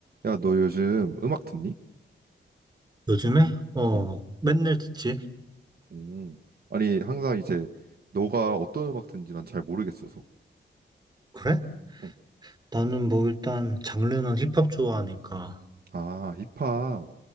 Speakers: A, on the right (about 55°); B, on the right (about 20°).
A: 야, 너 요즘 음악 듣니?
B: 요즘에? 어,
A: 어,
B: 맨날 듣지.
A: 음. 아니, 항상 이제 너가 어떤 음악 듣는지 난 잘 모르겠어서.
B: 그래?
A: 응.
B: 나는 뭐 일단 장르는 힙합 좋아하니까.
A: 아, 힙합.